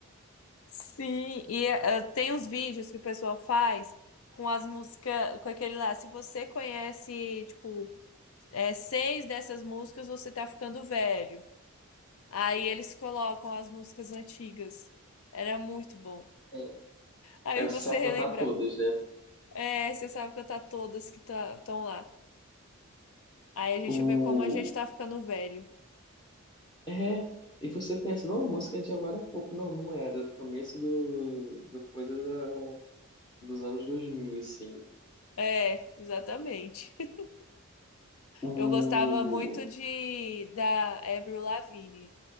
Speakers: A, on the left; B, on the left.
A: Sim, e eh, tem uns vídeos que o pessoal faz com as músicas, com aquele lá. Se você conhece, tipo, eh, seis dessas músicas, você tá ficando velho. Aí eles colocam as músicas antigas. Era muito bom.
B: É,
A: Aí
B: aí você
A: você
B: sabe
A: relembrar.
B: contar todas, né?
A: É, você sabe cantar todas que estão lá. Aí a gente
B: O,
A: vê como a gente tá ficando velho.
B: É, e você pensa, não, a música é de agora há pouco. Não, não era, do começo do, do coisa da, dos anos dois mil assim.
A: É, exatamente. <laughs>
B: O...
A: Eu gostava muito de da Avril Lavigne.